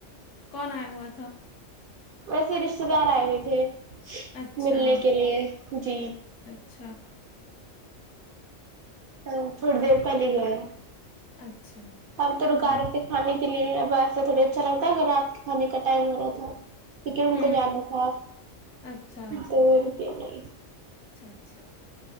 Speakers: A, on the left; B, on the right.
A: کون آیا ہوا تھا
B: ویسے رشتے دار آئے ہوئے تھے
A: اچھا
B: ملنے کے لیے جی
A: اچھ
B: ا تھوڑی دیر پہلے گئے
A: اچھا
B: ہمب تو رکا
A: ہاں
B: رےتے کھانے کے لیے اب ایسا تھوڑی اچھا لگتا ہے اگر رات کے کھانے کا ٹائم ہو رہا تھا لیکن ان
A: ہوں
B: کو جانا تھا
A: اچھا
B: تو نہیں
A: اچھا اچھا